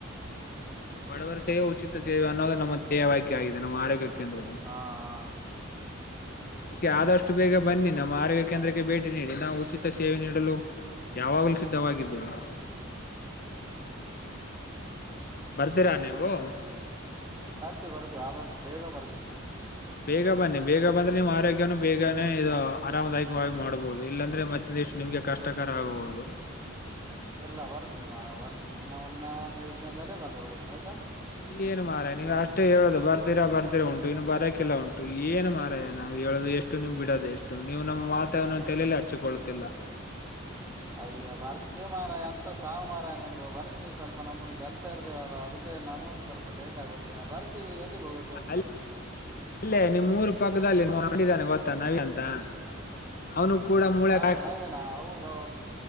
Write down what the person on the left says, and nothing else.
ಹ್ಮ್ ಬಡವರ ಸೇವೆ ಉಚಿತ ಸೇವೆ ಅನ್ನೋದು ನಮ್ಮ ದೇಹ ವಾಕ್ಯ ಆಗಿದೆ ನಮ್ಮ ಆರೋಗ್ಯ ಕೇಂದ್ರದು
ಅದಕ್ಕೆ ಆದಷ್ಟು ಬೇಗ ಬನ್ನಿ ನಮ್ಮ ಆರೋಗ್ಯಕ್ಕೆ ಕೇಂದ್ರಕ್ಕೆ ಭೇಟಿ ನೀಡಿ ನಾವು ಉಚಿತ ಸೇವೆ ನೀಡಲು ಯಾವಾಗಲೂ ಸಿದ್ಧವಾಗಿದ್ದೇವೆ ಬರ್ತೀರಾ ನೀವು
ಬೇಗ ಬನ್ನಿ ಬೇಗ ಬಂದ್ರೆ ನಿಮ್ಮ್ ಆರೋಗ್ಯನು ಬೇಗನೆ ಇದು ಆರಾಮದಾಯಕವಾಗಿ ಮಾಡ್ಬಹುದು ಇಲ್ಲಾಂದ್ರೆ ಮತ್ತ ಎಷ್ಟ ನಿಮ್ಗೆ ಕಷ್ಟಕರ ಆಗಬಹುದು
ಏನ್ ಮಾರಾಯ ನೀವು ಅಷ್ಟೇ ಹೇಳೋದು ಬರ್ತೀರಾ ಬರ್ತಿರಾ ಉಂಟು ಇನ್ನು ಬರಕಿಲ್ಲ ಉಂಟು ಏನ್ ಮಾರಾಯ ನಾವು ಹೇಳೋದು ಎಷ್ಟು ಎಷ್ಟು ನೀವು ಬಿಡದ ಎಷ್ಟು ನೀವು ನಮ್ಮ ಮಾತನ್ನ ತಲಿಲಿ ಹಚ್ಚಿಕೊಳ್ಳುತ್ತಿಲ್ಲ
ಅ ಅಲ್ಲೇ ನಿಮ್ ಮೂರು ಪಕ್ಕದಲ್ಲಿ ನೋಡಿದಾನೆ ಗೊತ್ತಾ ನವಿನ ಅಂತ ಅವನು ಕೂಡ ಮೂಳೆ